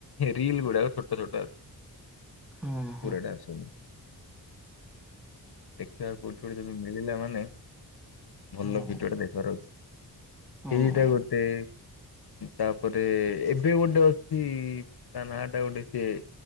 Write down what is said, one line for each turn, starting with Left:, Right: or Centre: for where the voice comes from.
Left: ରିଲ ଗୁଡାକ ଛୋଟ ଛୋଟ ପୁରାଟା
Centre: ହଁ ହଁ
Left: ଆସୁନ ଦେଖିବାକୁ କୋଠ ଯଦି ମିଳିଲା ମାନେ ଭଲ
Centre: ହଁ
Left: ଭିଡିଓ ଟା ଦେଖିବାର ଅଛି ସେଇଟା
Centre: ହଁ
Left: ଗୋଟେ ତାପରେ ଏବେ ଗୋଟେ ଅଛି ତା ନା ଟା ଗୋଟେ ସିଏ